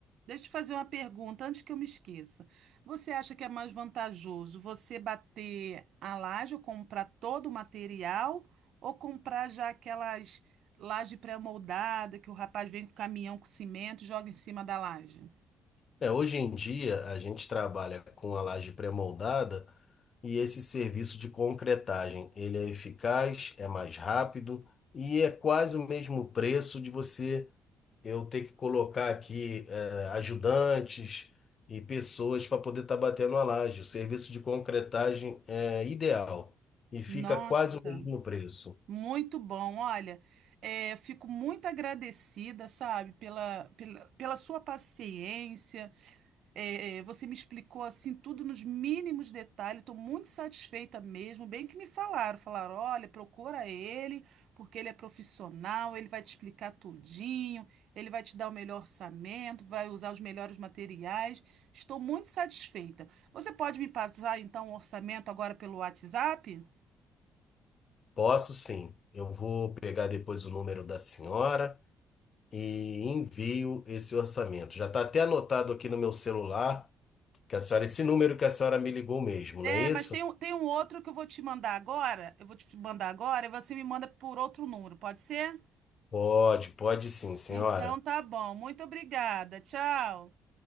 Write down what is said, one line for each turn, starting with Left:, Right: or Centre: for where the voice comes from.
Right: Deixa eu te fazer uma pergunta antes que eu me esqueça. Você acha que é mais vantajoso você bater a laje ou comprar todo o material ou comprar já aquelas laje pré-moldada que o rapaz vem com o caminhão com cimento e joga em cima da laje?
Left: É, hoje em dia, a gente trabalha com a laje pré-moldada e esse serviço de concretagem, ele é eficaz, é mais rápido e é quase o mesmo preço de você eu ter que colocar aqui eh, ajudantes e pessoas para poder estar batendo a laje. O serviço de concretagem é ideal e fica
Right: Nossa,
Left: quase o mesmo preço.
Right: muito bom. Olha, é, fico muito agradecida, sabe, pela, pela, pela sua paciência. É, é, você me explicou assim tudo nos mínimos detalhes, estou muito satisfeita mesmo. Bem que me falaram, falaram, olha, procura ele, porque ele é profissional, ele vai te explicar tudinho, ele vai te dar o melhor orçamento, vai usar os melhores materiais. Estou muito satisfeita. Você pode me passar então o orçamento agora pelo WhatsApp?
Left: Posso sim. Eu vou pegar depois o número da senhora e envio esse orçamento. Já está até anotado aqui no meu celular que a senhora, esse número que a senhora me ligou mesmo,
Right: É,
Left: não é isso?
Right: mas tem um, tem um outro que eu vou te mandar agora. Eu vou te mandar agora e você me manda por outro número, pode ser?
Left: Pode, pode sim, senhora.
Right: Então tá bom. Muito obrigada. Tchau.